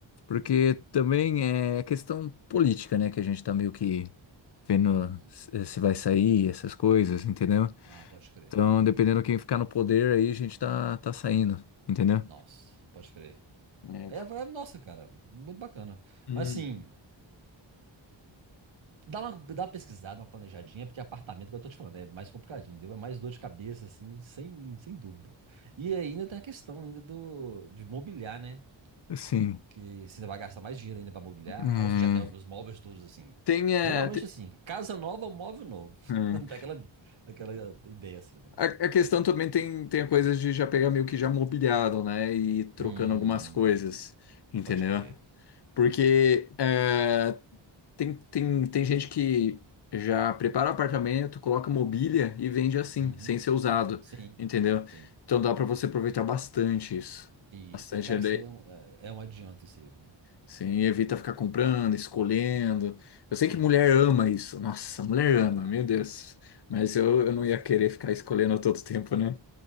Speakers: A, on the left (about 60°); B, on the right (about 80°).
A: Porque também é a questão política, né? Que a gente tá meio que vendo
B: Hum,
A: se eh, se vai sair, essas coisas, entendeu?
B: ah, pode crer.
A: Então, dependendo quem ficar no poder aí, a gente tá, tá saindo, entendeu?
B: Nossa, pode crer.
A: É.
B: Aí, é- é- nossa, cara, muito bacana.
A: Hum.
B: Mas assim, dá uma, dá uma pesquisada, uma planejadinha, porque apartamento, como eu tô te falando, é mais complicadinho, entendeu? é mais dor de cabeça, assim, sem, sem dúvida. E ainda tem a questão ainda do, de mobiliar, né?
A: Assim,
B: Que você ainda vai gastar mais dinheiro ainda pra mobiliar.
A: é,
B: Ou você já tem alguns móveis todos assim.
A: tem, é,
B: Geralmente assim, casa nova, móvel novo.
A: Hum.
B: <laughs> Dá aquela, aquela ideia assim, né?
A: A, a questão também tem, tem a coisa de já pegar meio que já mobiliado, né? E ir trocando
B: Hum,
A: algumas coisas, entendeu?
B: pode crer,
A: Porque
B: pode crer.
A: é, tem, tem, tem gente que já prepara o apartamento, coloca mobília e vende assim,
B: Uhum.
A: sem ser usado,
B: Sim,
A: entendeu?
B: sim.
A: Então dá pra você aproveitar bastante isso.
B: Isso.
A: Bastante
B: E, cara,
A: ele-
B: isso aí é um, é é um adianto, isso aí, viu?
A: Sim, evita ficar comprando, escolhendo. Eu
B: Sim.
A: sei que mulher ama isso. Nossa, mulher ama,
B: Ah,
A: meu
B: é.
A: Deus. Mas eu, eu não ia querer ficar escolhendo a todo tempo, né?